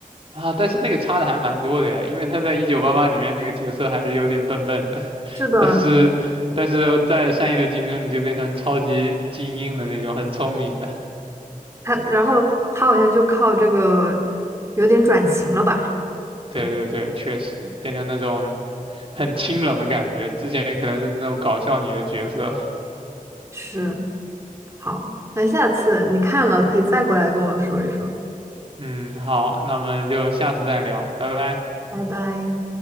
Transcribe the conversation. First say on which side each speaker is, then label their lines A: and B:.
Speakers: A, on the right; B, on the right.
A: 啊，但是那个差的还蛮多的耶，因为她在《一九八八》里面那个角色还是有点笨笨的，<laughs>
B: 是的，
A: 但是但是在《善意的竞争》里就变成超级精英的那种，很聪明的。
B: 她，然后她好像就靠这个有点转型了吧。
A: 对对对，
B: 对。
A: 确实变成那种很清冷的感觉，之前可能是那种搞笑女的角色。
B: 是，好，那下次你看了可以再过来跟我说一说，
A: 嗯，好，那我们就下次再聊，拜拜。
B: 拜拜。